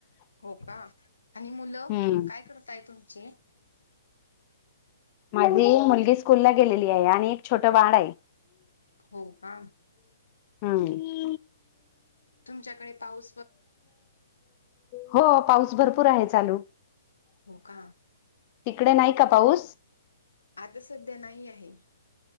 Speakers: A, on the left (about 80°); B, on the left (about 35°).
A: हो का,, आणि मुलं,
B: हम्म.
A: काय करताय तुमचे?
B: माझी, मुलगी स्कूल ला गेलेली आहे, आणि एक छोट बाळ आहे,
A: हो का,
B: हम्म,
A: तुमच्याकडे पाऊसऽ
B: हो, पाऊस भरपूर आहे चालू.
A: हो का,,
B: तिकडे नाही का पाऊस?
A: आता सध्या नाही आहे.